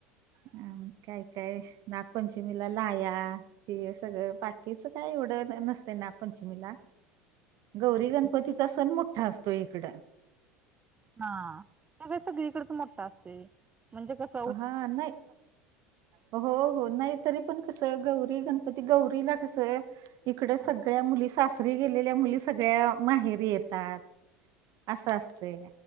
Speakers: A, on the right; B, on the right.
A: अ काय काय नागपंचमीला लाह्या हे सगळं बाकीच काय एवढं नसतय नाग पंचमीला. गौरी
B: होयच
A: गणपतीचा
B: की.
A: सण मोठा असतो इकड.
B: हा तोतर सगळी कडेच मोठा असतो म्हणजे कस
A: हा नाही हो हो नाही तरी पण कस गौरी गणपती गौरीला कस इकड
B: हा
A: सगळ्या मुली सासरी गेलेल्या मुली सगळ्या माहेरी येतात. असं असतंय